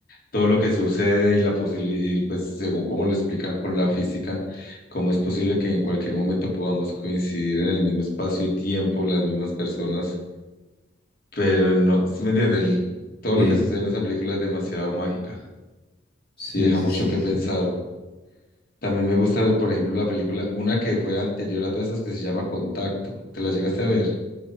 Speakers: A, on the left; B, on the left.
A: todo lo que sucede y la posibilidad, pues según cómo lo explican con la física, cómo es posible que en cualquier momento podamos coincidir en el mismo espacio y tiempo, las mismas personas, pero no, ¿sí me entiendes? El- todo
B: Sí,
A: lo que sucede en esa película es demasiado mágica
B: sí,
A: y deja
B: sí,
A: mucho
B: sí,
A: que
B: sí,
A: pensar.
B: sí.
A: También me gusta, por ejemplo, la película, una que fue anterior a todas esas que se llama Contacto. ¿Te la llegaste a ver?